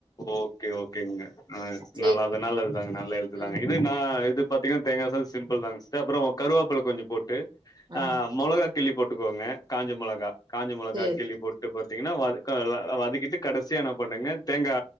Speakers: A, on the left (about 35°); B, on the right (about 40°).
A: ஓகே ஓகேங்க அ
B: சேரி
A: நல்லது நல்லதுதாங்க நல்ல எழுத்துதாங்க
B: ம்.
A: இது நா இது பாத்தீங்கன்னா தேங்கா சாதோ சிம்பிள் தாங்க சிஸ்டர் அப்றோ கருவாப்பழ கொஞ்சோ போட்டு
B: ஆ
A: மொளகா கிள்ளி போட்டுக்கோங்க காஞ்ச மொளகா காஞ்ச மொளகா
B: சேரி
A: கிள்ளி போட்டு பாத்தீங்கன்னா வத வ வதக்கிட்டு கடசியா என்ன பண்ணுங்க தேங்கா